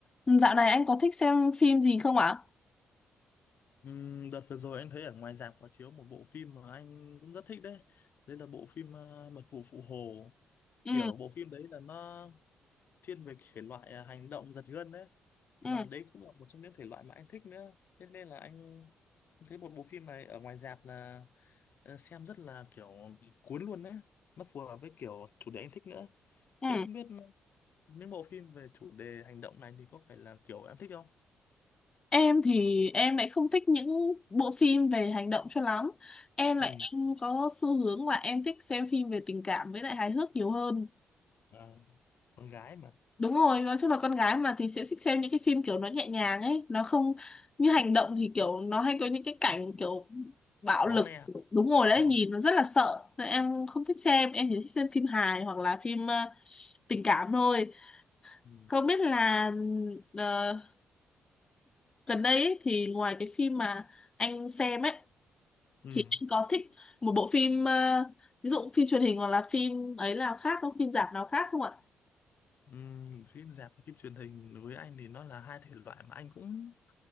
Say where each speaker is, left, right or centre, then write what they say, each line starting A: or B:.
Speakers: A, on the left (about 20°); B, on the left (about 50°).
A: Ừ, Dạo này anh có thích xem phim gì không ạ?
B: Ừm, đợt vừa rồi anh thấy ở ngoài rạp có chiếu một bộ phim mà anh cũng rất thích đấy. Đấy là bộ phim ờ, Mật vụ Phụ Hồ.
A: Ừ,
B: Kiểu bộ phim đấy là nó thiên về thể loại ờ, hành động giật gân đấy. Mà
A: ừ,
B: đấy cũng là một trong những thể loại mà anh thích nữa. Thế nên là anh anh thấy một bộ phim này ở ngoài rạp là ờ, xem rất là kiểu bị cuốn luôn đấy. Nó phù hợp với kiểu chủ đề anh thích nữa.
A: ừ.
B: Thế không biết những bộ phim về chủ đề hành động này thì có phải là kiểu em thích không?
A: Em thì em lại không thích những bộ phim về hành động cho lắm. Em lại
B: Ừ.
A: em có xu hướng là em thích xem phim về tình cảm với lại hài hước nhiều hơn.
B: À, con gái mà
A: Đúng rồi, nói chung là con gái mà thì sẽ thích xem những cái phim kiểu nó nhẹ nhàng ấy, nó không như hành động thì kiểu nó hay có những cái cảnh kiểu bạo
B: máu
A: lực.
B: me
A: Đúng rồi
B: đúng
A: đấy,
B: rồi
A: nhìn nó rất là sợ. Nên em không thích xem, em chỉ thích xem phim hài hoặc là phim ờ, tình cảm thôi.
B: Ừ.
A: Không biết là uh, gần đây ấy, thì ngoài cái phim mà anh xem ấy
B: Ừ.
A: thì anh có thích một bộ phim ờ, ví dụ phim truyền hình hoặc là phim ấy nào khác không phim rạp nào khác không ạ
B: Ừ. Phim rạp và phim truyền hình đối với anh thì nó là hai thể loại mà anh cũng